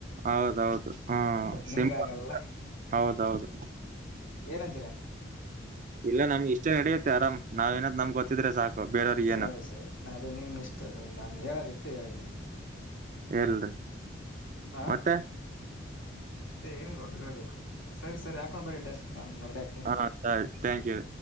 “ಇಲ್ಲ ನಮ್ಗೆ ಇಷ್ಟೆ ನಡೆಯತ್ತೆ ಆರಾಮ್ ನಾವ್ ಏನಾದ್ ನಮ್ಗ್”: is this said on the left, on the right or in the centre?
Right